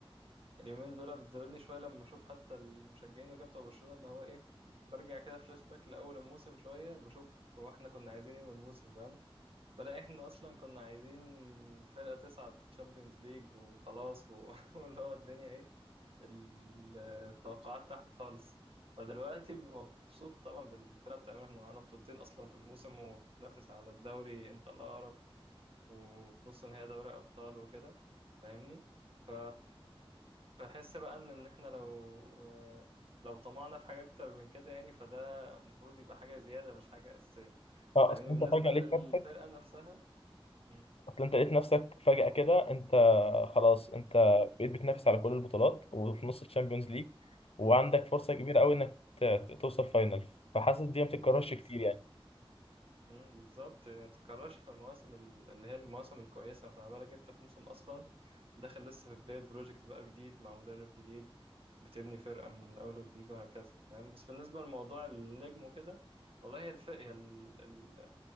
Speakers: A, on the right; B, on the left.
A: اليومين دول بتزودني شويه لما بشوف حتى المشجعين وكده بتوع برشلونه اللي هو ايه برجع كده فلاش باك لاول الموسم شويه بشوف هو احنا كنا عايزين ايه من الموسم فاهم بلاقي احنا اصلا كنا عايزين فرقه تصعد تشامبيونز ليج وخلاص و... <laughs> واللي هو الدنيا ايه ال- التوقعات تحت خالص فدلوقتي مبسوط طبعا بالفرقه بتعملها احنا معانا بطولتين اصلا في الموسم وبننافس على الدوري انت الاقرب وفي نص نهائي دوري أبطال وكده فاهمني ف بحس بقى إن إن إحنا لو لو طمعنا في حاجة أكتر من كده يعني فده المفروض يبقى حاجة زيادة مش حاجة أساسية
B: أه
A: فاهمني
B: أصل أنت
A: بالنسبة
B: فجأة
A: للفرقة
B: لقيت نفسك
A: نفسها مم.
B: اصل انت لقيت نفسك فجأة كده انت خلاص انت بقيت بتنافس على كل البطولات وفي نص الشامبيونز
A: مم.
B: ليج وعندك فرصة
A: مم.
B: كبيرة قوي انك ت- ت- توصل فاينل فحاسس دي ما بتتكررش
A: بالظبط
B: كتير يعني.
A: مم. بالظبط ما بتتكررش في المواسم ال- اللي هي المواسم الكويسة فما بالك أنت في موسم أصلا داخل لسه في بداية بروجكت بقى جديد مع مدرب جديد بتبني فرقة من أول وجديد وهكذا تمام بس بالنسبة لموضوع النجم وكده والله هي الف... هي ال- ال-